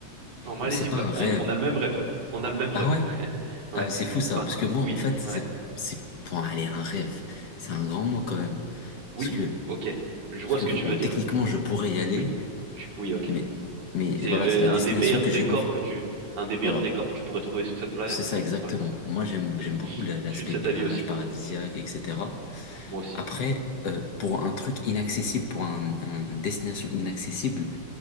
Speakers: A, on the right (about 70°); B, on the left (about 55°).
A: En Malaisie,
B: Bon, c'est pas
A: bah,
B: un rêve.
A: on, on a le même rêve. On a le même rêve.
B: Ah ouais?
A: <laughs> Ouais.
B: Ah, bah, c'est fou ça.
A: Enfin,
B: Parce que moi,
A: oui,
B: en fait, c'est,
A: ouais.
B: c'est, bon, allez, un rêve. C'est un grand mot quand même.
A: Oui,
B: Parce que,
A: ok. Je
B: parce
A: vois
B: que
A: ce que tu
B: bon,
A: veux
B: techniquement,
A: dire.
B: je pourrais y aller,
A: Oui, tu, oui, ok.
B: mais, mais
A: C'est
B: voilà,
A: le-
B: c'est la
A: un
B: destination
A: des meilleurs
B: que
A: décors
B: j'ai envie.
A: que tu, un des meilleurs
B: Voilà.
A: décors que tu pourrais trouver sur cette planète,
B: C'est ça exactement.
A: par exemple.
B: Moi, j'aime,
A: Hmm.
B: j'aime beaucoup
A: Je
B: la- l'aspect
A: suis de cet
B: plage,
A: avis aussi.
B: paradisiaque,
A: Hmm.
B: etc.
A: Moi aussi.
B: Après, euh, pour un truc inaccessible, pour un, un une destination inaccessible,